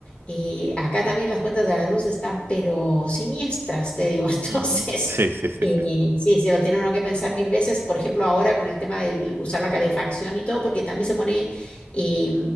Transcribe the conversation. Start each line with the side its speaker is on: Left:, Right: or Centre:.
Left: eh, acá también las cuentas de la luz están pero siniestras, te digo, <laughs> entonces,
Right: Ujú. Sí, sí, sí,
Left: eh,
Right: sí. Sí,
Left: sí, se lo tiene uno que pensar mil veces, por ejemplo, ahora con el tema de usar la calefacción y todo, porque también se pone eh,